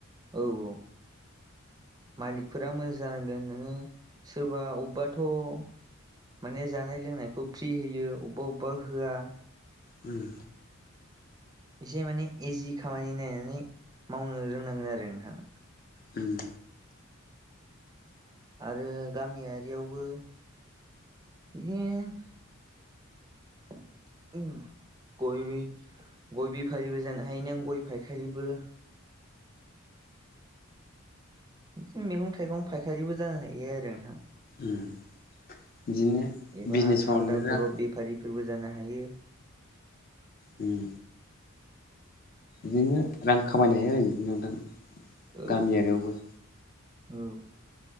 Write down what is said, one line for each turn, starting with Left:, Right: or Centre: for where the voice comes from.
Right: औ औ मालिकफोरा मोजां जानांगोन नोङो सोरबा अबावबाथ' माने जानाय लोंनायखौ फ्रि होयो अबेबा अबेबा होया
Left: उम
Right: एसे माने इजि खामानि नायनानै मावनो रोंनांगोन आरो नोंथां।
Left: उम
Right: आरो गामियारियावबो बिदिनो <unintelligible> गय बेफारिबो जानो हायो नों गय फायखारिबो बिदिनो मैगं थाइगं फायखारिबो जानो हायो आरो नोंथां।
Left: उम बिदिनो
Right: एबा
Left: बिजनेस
Right: थान्दा
Left: मावनानै रां
Right: बरफ बेफारिफोरबो जानो हायो।
Left: उम बिदिनो रां खामायनो हायो आरो इदिनो नोंथां
Right: औ
Left: गामियारियावबो।
Right: औ